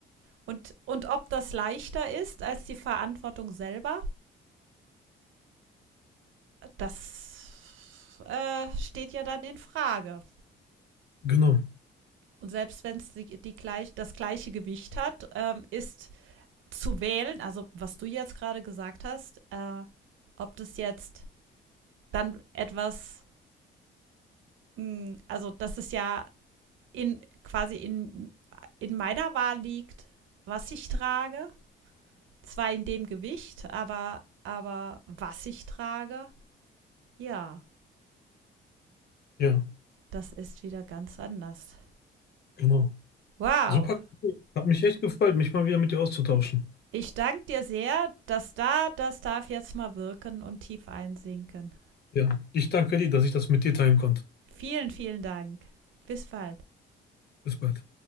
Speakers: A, on the right (about 80°); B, on the left (about 55°).
A: und, und ob das leichter ist als die Verantwortung selber, das äh, steht ja dann in Frage.
B: genau.
A: Und selbst wenn es die, die gleich, das gleiche Gewicht hat, ähm, ist zu wählen, also was du jetzt gerade gesagt hast, äh, ob das jetzt dann etwas, hm, also dass es ja in quasi in, in meiner Wahl liegt, was ich trage. Zwar in dem Gewicht, aber, aber was ich trage, ja,
B: Ja,
A: das ist wieder ganz anders.
B: genau.
A: Wow,
B: Super cool. Hat mich echt gefreut, mich mal wieder mit dir auszutauschen.
A: ich danke dir sehr, dass da, das darf jetzt mal wirken und tief einsinken.
B: Ja, ich danke dir, dass ich das mit dir teilen konnte.
A: Vielen, vielen Dank. Bis bald.
B: Bis bald.